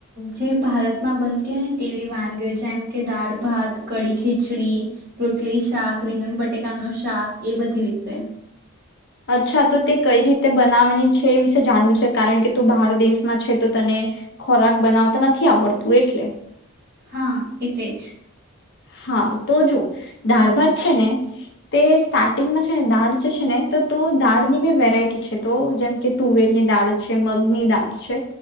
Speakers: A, on the right; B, on the left.
A: જે ભારતમાં બનતી હોય ને તેવી વાનગીઓ જેમ કે દાળ ભાત, કડી ખીચડી, રોટલી શાક, રીંગણ બટેકાનું શાક, એ બધી વિશે.
B: અચ્છા તો તે કઈ રીતે બનાવાની છે એ વિશે જાણવું છે કારણ કે તું બહાર દેશમાં છે તો તને ખોરાક બનાવતા નથી આવડતું એટલે.
A: હા, એટલેજ.
B: હા તો જો દાળ ભાત છે ને તે સ્ટાર્ટિંગમાં છે, ને દાળ જે છે ને તો તુ દાળ ની બી વેરાયટી છે, તો જેમ કે તુવેરની દાળ છે, મગની દાળ છે